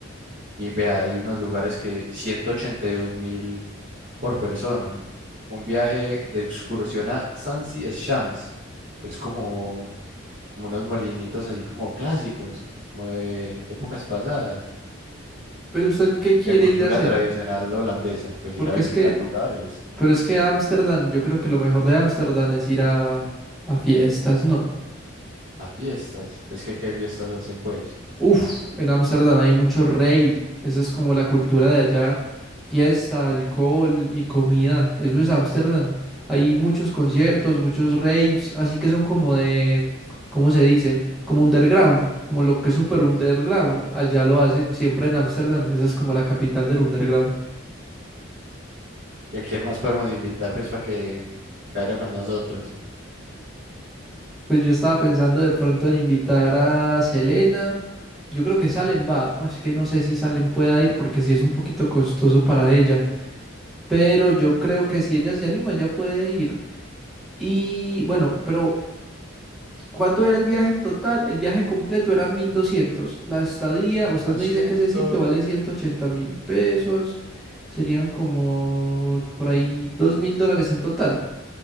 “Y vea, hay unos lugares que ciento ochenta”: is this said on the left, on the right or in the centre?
Right